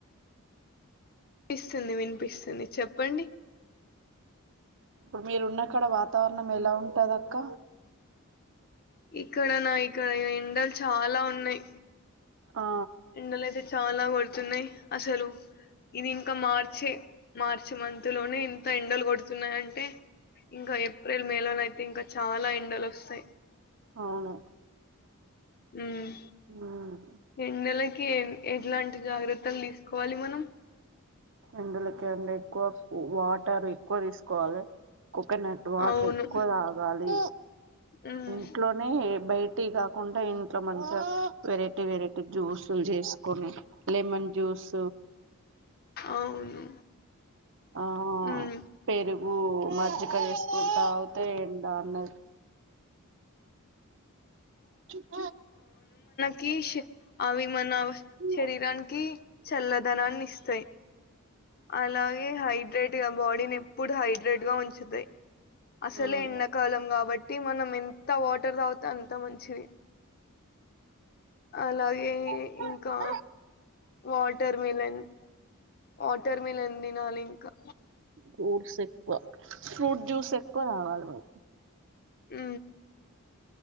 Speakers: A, on the left; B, on the right.
A: వినిపిస్తుంది వినిపిస్తుంది చెప్పండి.
B: ఇప్పుడు మీరు ఉన్నక్కడ వాతావరణం ఎలా ఉంటది అక్క.
A: ఇక్కడనా ఇక్కడ ఎండలు చాలా ఉన్నాయి.
B: ఆ
A: ఉండలేదే చాలా. అలా పడుతున్నాయి. అసలు ఇది ఇంకా మార్చే. మార్చి మంత్ లోనే ఇంత ఎండలు కొడుతున్నాయి అంటే. ఇంకా ఏప్రిల్ మే లోనయితే ఇంకా చాలా ఎండలు వస్తాయి.
B: అవును.
A: ఉమ్.
B: ఆహ్.
A: ఎండెలకే ఎట్లాంటి జాగ్రత్తలు తీసుకోవాలి మనం.
B: ఎండలకే అండి. క్ వా అంటారు ఎక్కువ తీసుకోవాలి కోకోనట్ వాటర్
A: అవును
B: ఎక్కువ తాగాలి
A: ఉమ్
B: ఇంట్లోనే బయ టీ కాకుండా ఇంట్లో మంచిగా వెరైటీ వెరైటీ జ్యూసులు చేసుకొని లెమన్ జ్యూస్
A: అవును
B: ఆ
A: ఉమ్
B: పెరుగు మజ్జిిక వసుక అావతే ఏండన్న ఆ
A: కీశ్ అవి మన
B: ఉమ్
A: శరీరానికి చల్లదనాన్ని ఇస్తాయి అలాగే హైడ్రేట్గా బాడీని ఎప్పుడు హైడే హైడ్రేట్ గా ఉంచుతాయి అసలే
B: ఉమ్
A: ఎండాకాలం కాబట్టి మనం ఎంత వాటర్ రా అంత మంచిది అలాగే
B: ఉమ్
A: ఇంకా వాటర్ మిలన్ వాటర్ మిలన్ తినాలి ఇంకా
B: ఫ్రూట్స్ ఎక్కువ ఫ్రూట్ జూస్ ఎక్కువ తాగాలి మరీ
A: ఉ